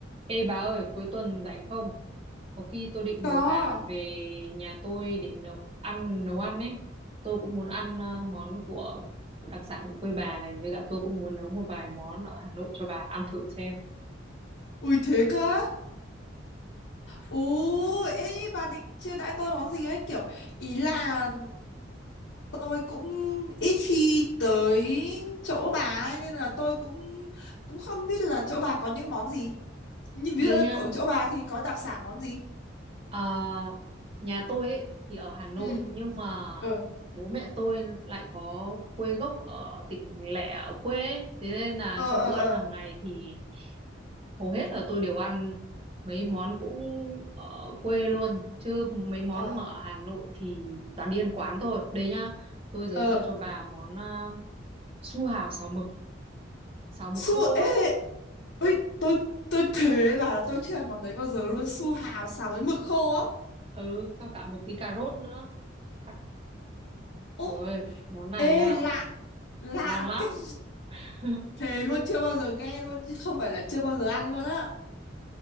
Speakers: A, on the right; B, on the left.
A: Ê bà ơi, cuối tuần rảnh không? Có khi tôi định
B: Có.
A: mời bà về nhà tôi để nấu ăn nấu ăn ấy. Tôi cũng muốn ăn ờ, món của đặc sản của quê bà này với cả tôi cũng muốn nấu một vài món ở Hà Nội cho bà ăn thử xem.
B: Ui thế cơ á. Ồ, ê bà định chưa đãi tôi món gì ấy kiểu ý là tôi cũng ít khi tới chỗ bà ấy nên là tôi cũng cũng không biết là chỗ bà có những món gì. Nhưng ví
A: Đây
B: dụ như
A: nhá.
B: ở chỗ bà thì có đặc sản món gì?
A: ờ, nhà tôi ấy thì ở Hà Nội
B: Ừ,
A: nhưng mà
B: ờ,
A: bố mẹ tôi lại có quê gốc ở tỉnh lẻ ở quê ấy. Thế nên là
B: Ờ
A: trong
B: ờ
A: bữa
B: ờ
A: ăn hàng ngày thì hầu hết là tôi đều ăn mấy món cũng ở quê luôn chứ mấy món
B: ờ
A: mà ở Hà Nội thì toàn đi ăn quán thôi đây nhá tôi giới
B: ờ.
A: thiệu cho bà món à, su hào xào mực xào mực
B: su
A: khô ấy
B: ê ơi tôi tôi thế bà là tôi chưa ăn món đấy bao giờ luôn su hào xào với mực khô á.
A: ừ xong cả một tí cà rốt nữa Tắc- trời
B: Ô
A: ơi món này
B: ê
A: à
B: lạ lạ
A: ngon lắm
B: kinh
A: <laughs>
B: thề luôn chưa bao giờ nghe luôn chứ không phải là chưa bao giờ ăn luôn á